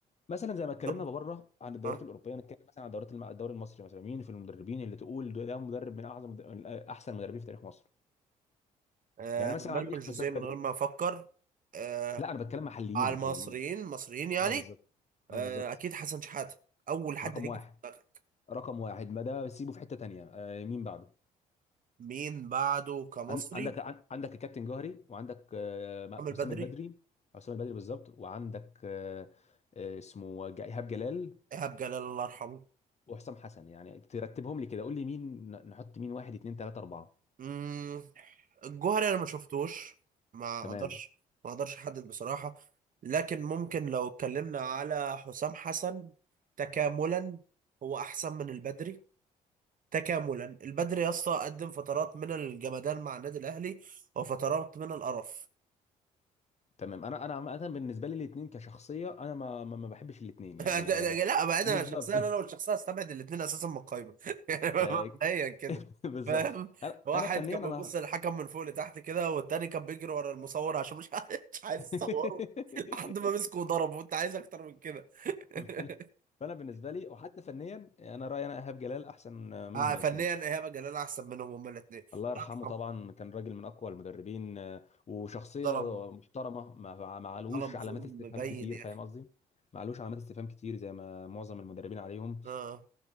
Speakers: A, on the left; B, on the right.
A: مثلا زي ما اتكلمنا
B: طب
A: بره عن الدوريات
B: آه
A: الاوروبيه نتكلم مثلا عن الدوريات الم- الدوري المصري مثلا مين في المدربين اللي تقول ده ده مدرب من اعظم من احسن المدربين في تاريخ مصر
B: آه
A: يعني مثلا
B: مانويل
A: عندي
B: جوزيه
A: حسام البدري
B: من غير ما أفكر آه
A: لا انا بتكلم محليين
B: على المصريين
A: محليين
B: مصريين يعني
A: اه بالظبط
B: آه
A: اه بالظبط
B: أكيد حسن شحاتة أول حد
A: رقم
B: هيجي
A: واحد
B: في دماغك
A: رقم واحد ما ده سيبه في حته تانيه آه مين بعده
B: مين بعده كمصري؟
A: عن- عندك عن- عندك الكابتن جوهري وعندك آه م-
B: عامل
A: حسام
B: بدري
A: البدري حسام البدري بالظبط وعندك آه آه اسمه ج- ايهاب جلال
B: إيهاب جلال الله يرحمه
A: وحسام حسن يعني ترتبهم لي كده قول لي مين ن- نحط مين واحد اتنين تلاته اربعه
B: مم. الجوهري انا ما شفتوش ما
A: تمام
B: اقدرش ما اقدرش احدد بصراحة لكن ممكن لو اتكلمنا على حسام حسن تكاملا هو احسن من البدري تكاملا البدري يا اسطى قدم فترات من الجمدان مع النادي الاهلي وفترات من القرف
A: تمام انا انا عامه بالنسبه لي الاثنين كشخصيه انا ما ما ما بحبش الاثنين
B: <laughs>
A: يعني
B: ده- ده-
A: آه،
B: لا بقى انا
A: بالظبط
B: شخصيا انا والشخصيه استبعد الاثنين اساسا من القايمه <laughs> يعني
A: <laughs> آه،
B: مبدئيا كده
A: <laughs> بالظبط
B: فاهم
A: انا
B: واحد
A: انا فنيا
B: كان
A: انا
B: بيبص للحكم من فوق لتحت كده والتاني كان بيجري ورا المصور عشان مش <laughs> عايز مش عايز
A: <laughs>
B: يصوره لحد ما مسكه وضربه وانت عايز اكتر من كده <laughs>
A: فانا فأنا بالنسبه لي وحتى فنيا انا رايي انا ايهاب جلال احسن منهم
B: آه فنيا
A: الاثنين بصراحه
B: ايهاب جلال احسن منهم هما الاثنين
A: الله يرحمه
B: لا طبعاً.
A: طبعا كان راجل من اقوى المدربين آه، وشخصيه
B: ظلم
A: محترمه ما ما علوش
B: ظلم
A: علامات
B: ظلم
A: استفهام
B: مبين
A: كتير
B: يا
A: فاهم
B: اخي
A: قصدي ما علوش علامات استفهام كتير زي ما معظم المدربين عليهم
B: اه